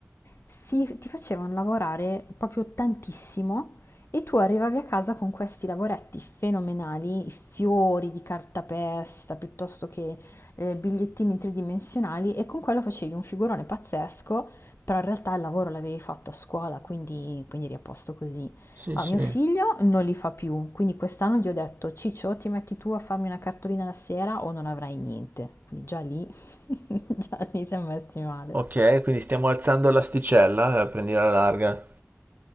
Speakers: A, on the left; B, on the right.
A: si- ti facevano lavorare proprio tantissimo e tu arrivavi a casa con questi lavoretti fenomenali, i fiori di cartapesta piuttosto che eh, bigliettini tridimensionali e con quello facevi un figurone pazzesco, però in realtà il lavoro l'avevi fatto a scuola, quindi, quindi eri a posto così.
B: Sì,
A: Ah,
B: sì.
A: mio figlio non li fa più, quindi quest'anno gli ho detto, Ciccio, ti metti tu a farmi una cartolina la sera o non avrai niente. Quindi già lì, <laughs> già lì siamo messi male.
B: Ok, quindi stiamo alzando l'asticella, eh, prendi la larga.